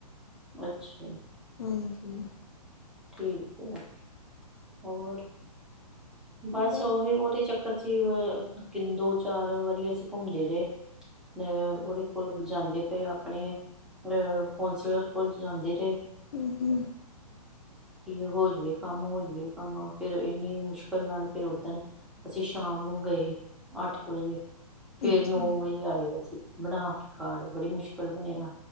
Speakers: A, in the centre; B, on the left.
A: ਅੱਛਾ।
B: ਹਾਂਜੀ।
A: ਠੀਕ ਐ। ਹੋਰ- ਬੱਸ
B: ਬਸ
A: ਓਹੀ ਉਹਦੇ ਚੱਕਰ ਚ ਹੀ ਦੋ ਚਾਰ ਵਾਰੀ, ਅਸੀਂ ਘੁੰਮਦੇ ਰਹੇ। ਅ ਉਹਦੇ ਕੋਲ ਜਾਂਦੇ ਪਏ ਆਪਣੇ, ਅਹ ਕੌਂਸਲਰ ਕੋਲ ਜਾਂਦੇ ਤੇ।
B: ਹੂੰ-ਹੂੰ,
A: ਕੀ ਹੋ ਜਾਵੇ ਕੰਮ ਹੋ ਜਾਵੇ ਕੰਮ ਫੇਰ ਇੰਨੀ ਮੁਸ਼ਕਲ ਫਿਰ ਨਾਲ ਫਿਰ ਉਧਣ, ਅਸੀਂ ਸ਼ਾਮ ਨੂੰ ਗਏ ਅੱਠ ਕੁ ਵਜੇ। ਫੇਰ
B: ਅੱਛਾ
A: ਨੌ ਵਜੇ ਆਏ ਅਸੀ, ਬਣਾ ਕੇ ਕਾਰਡ ਬੜੀ ਮੁਸ਼ਕਲ ਬਣਿਆ।